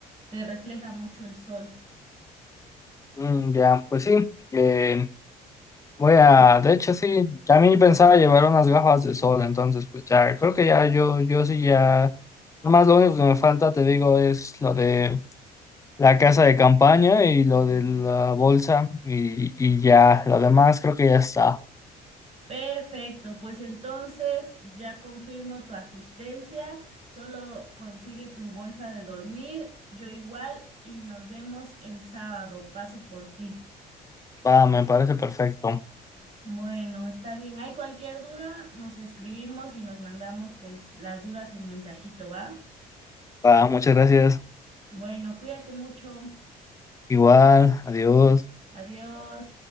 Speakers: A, on the right; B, on the left.
A: te refleja mucho el sol.
B: Mm, ya, pues sí. eh, voy a, de hecho sí, también pensaba llevar unas gafas de sol, entonces pues ya, creo que ya yo, yo sí ya, nomás lo único que me falta, te digo, es lo de la casa de campaña y lo de la bolsa y, y ya, lo demás creo que ya está.
A: Perfecto, pues entonces ya confirmo tu asistencia, solo consigue tu bolsa de dormir, yo igual y nos vemos el sábado, paso por ti.
B: Va, me parece perfecto.
A: Bueno, está bien, hay cualquier duda, nos escribimos y nos mandamos pues las dudas en mensajito, ¿va?
B: Va, muchas gracias.
A: Bueno, cuídate mucho.
B: Igual, adiós.
A: Adiós.